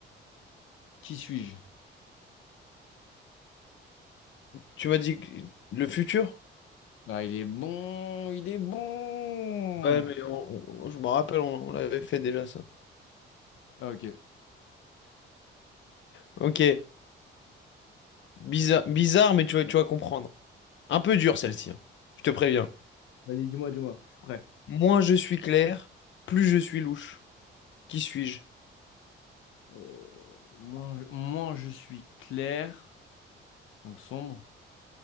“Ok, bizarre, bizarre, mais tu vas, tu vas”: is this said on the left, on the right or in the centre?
Left